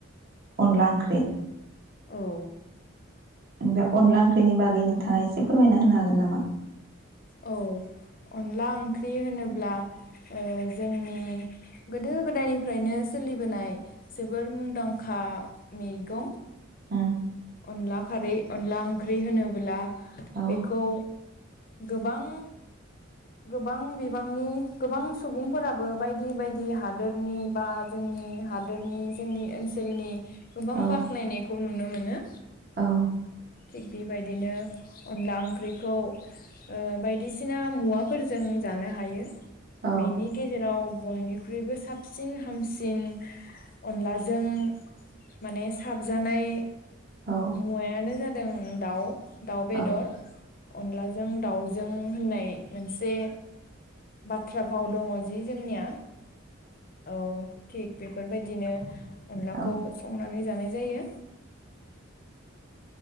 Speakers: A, on the right; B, on the left.
A: अनला ओंख्रि
B: औ
A: बे अनला ओंख्रिनि बागै नोंथाङा एसे फोरमायना होनो हागोन नामा?
B: औ अनला ओंख्रि होनोब्ला ओ जोंनि गोदो गोदायनिफ्रायनो सोलिबोनाय जोबोर मुंदांखा मैगं
A: उम
B: अनला खारै अनला ओंख्रि होनोबो्ला
A: औ
B: बेखौ गोबां गोबां बिबांनि गोबां सुबुंफोराबो बायदि बायदि हादोरनि बा जोंनि हादोरनि जोंनि ओनसोलनि गोबां
A: औ
B: बाख्नायनायखौ नुनो मोनो।
A: औ
B: थिग बेबायदिनो अनला ओंख्रिखौ ओ बायदिसिना मुवा फोरजों जानो हायो।
A: औ
B: बेनि गेजेराव बयनिख्रुइबो साबसिन हामसिन अनलाजों माने साबजानाय
A: औ
B: मुवायानो जादों दाउ दाउ बेदर
A: औ
B: अनलाजों दाउ जों होननाय मोनसे बाथ्रा भाव दङ' जि जोंनिया औ थिग बेफोरबायदिनो अनलाखौ
A: औ
B: संनानै जानाय जायो।